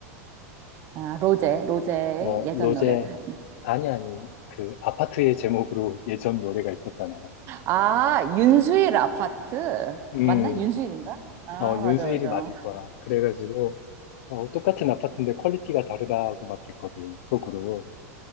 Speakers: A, on the right; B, on the left.
A: 아,
B: 그래서
A: 로제, 로제의
B: 뭐
A: 예전
B: 로제
A: 노래들.
B: 아니 아니 그 아파트의 제목으로 <laughs> 예전 노래가 있었잖아.
A: 아, 윤수일 아파트?
B: 음,
A: 맞나? 윤수일인가? 아,
B: 어 윤수일이
A: 맞아, 맞아.
B: 맞을 거야. 그래가지고 어, 똑같은 아파트인데 퀄리티가 다르다고 막 그랬거든 속으로.